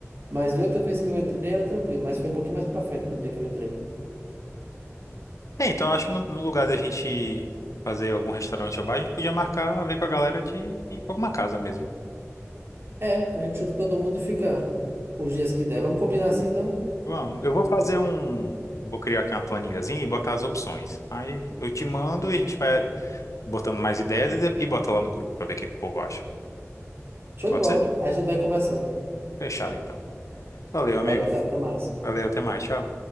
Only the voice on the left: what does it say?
É, então acho que no, no lugar da gente fazer algum restaurante ou bar, a gente podia marcar, ver com a galera de ir pra alguma casa mesmo.
Vamos. Eu vou fazer um. Vou criar aqui uma planilhazinha e botar as opções. Aí eu te mando e a gente vai botando mais ideias e, de- e bota lá no grupo pra ver o que que o povo acha.
Pode
ser?
Fechado, então. Valeu, amigo.
Valeu, até mais. Tchau.